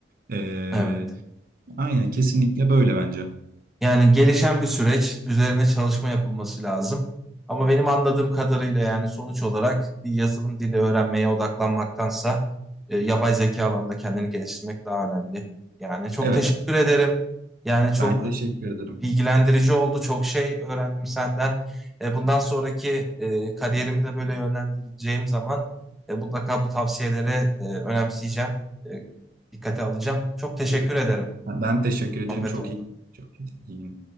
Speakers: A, on the right; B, in the centre.
A: Ee,
B: Evet.
A: aynen kesinlikle böyle bence.
B: Yani gelişen bir süreç, üzerine çalışma yapılması lazım. Ama benim anladığım kadarıyla yani sonuç olarak bir yazılım dili öğrenmeye odaklanmaktansa e, yapay zeka alanında kendini geliştirmek daha önemli. Yani çok
A: Evet,
B: teşekkür ederim. Yani çok
A: ben teşekkür ederim.
B: bilgilendirici oldu. Çok şey öğrendim senden. E, bundan sonraki e, kariyerimi de böyle yönlendireceğim zaman e, mutlaka bu tavsiyeleri e, önemseyeceğim. E, dikkate alacağım. Çok teşekkür
A: Tabii ben,
B: ederim.
A: ben teşekkür ederim.
B: Sohbet
A: Çok
B: oldu.
A: iyi. Çok iyi.